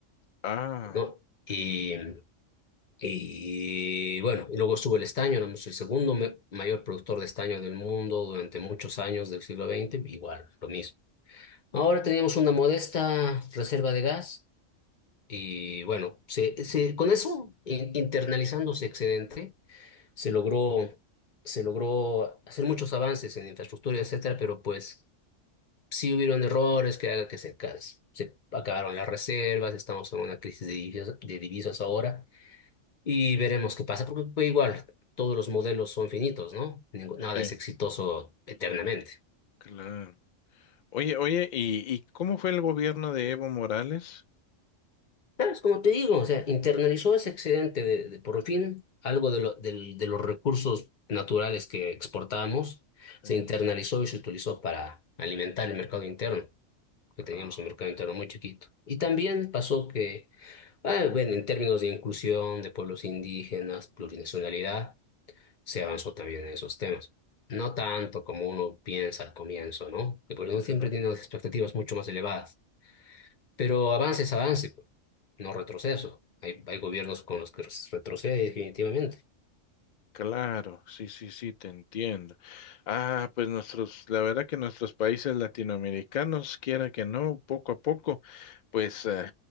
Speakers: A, on the left; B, on the left.
A: ah,
B: ¿no? Y, y bueno, y luego estuvo el estaño, éramos el segundo me- mayor productor de estaño del mundo durante muchos años del siglo XX, igual, lo mismo. Ahora teníamos una modesta reserva de gas y bueno, se, se- con eso, in- internalizando ese excedente, se logró, se logró hacer muchos avances en infraestructura, etcétera, pero pues sí hubieron errores que haga que se, ca- se acabaron las reservas, estamos en una crisis de divisas, de divisas ahora y veremos qué pasa, porque pues, igual todos los modelos son finitos, ¿no? Ningú-
A: sí,
B: nada es exitoso eternamente.
A: claro. Oye, oye, ¿y, y cómo fue el gobierno de Evo Morales?
B: ¿Sabes? Como te digo, o sea, internalizó ese excedente de, de por fin algo de, lo- del- de los recursos naturales que exportamos,
A: Sí.
B: se internalizó y se utilizó para alimentar el mercado interno. que teníamos
A: ah,
B: un mercado interno muy chiquito. Y también pasó que, ah, bueno, en términos de inclusión de pueblos indígenas, plurinacionalidad, se avanzó también en esos temas. No tanto como uno piensa al comienzo, ¿no? Que por uno
A: ujú,
B: siempre tiene unas expectativas mucho más elevadas. Pero avance es avance, pues, no retroceso. Hay, hay gobiernos con los que retrocede definitivamente.
A: Claro, sí, sí, sí, te entiendo. Ah, pues nuestros, la verdad que nuestros países latinoamericanos, quiera que no, poco a poco, pues eh,